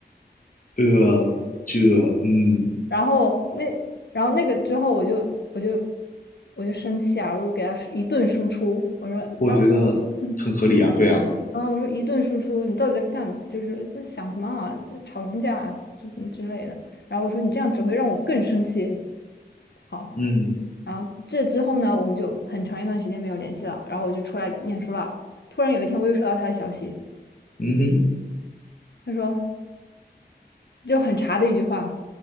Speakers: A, on the left; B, on the left.
A: 呃，这嗯，
B: 然后那，然后那个之后我就我就我就生气啊，我就给他一顿输出，我说爸爸
A: 我觉得很合理啊，
B: 嗯，
A: 对啊，
B: 然后我说一顿输出，你到底在干嘛？就是在想什么啊，吵什么架啊，么之类的。然后我说你这样只会让我更生气。好，
A: 嗯
B: 然后这之后呢，我们就很长一段时间没有联系了。然后我就出来念书了。突然有一天，我又收到他的消息，
A: 嗯哼
B: 他说就很茶的一句话，